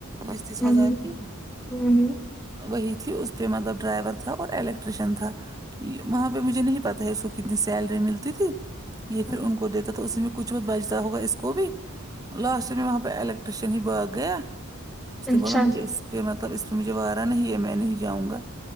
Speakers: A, on the right; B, in the centre.
A: بیس تیس
B: <unintelligible>
A: ہزار کی وہی تھی اس پے مطلب ڈرائیور تھا اور الیکٹریشن تھا وہاں پے مجھے نہیں پتہ ہے اس کو کتنی سیلری ملتی تھی یہ
B: ہوں
A: پھر ان کو دیتا تو اس میں کچھ بت بجتا ہوگا اس کو بھی لاسٹ میں وہاں پے الیکٹریشن ہی بھگ گیا اس نے
B: اچھا
A: بولا مجھے اس پے مطلب اس پے مجھے وارہ نہیں ہے میں نہیں جاؤں گا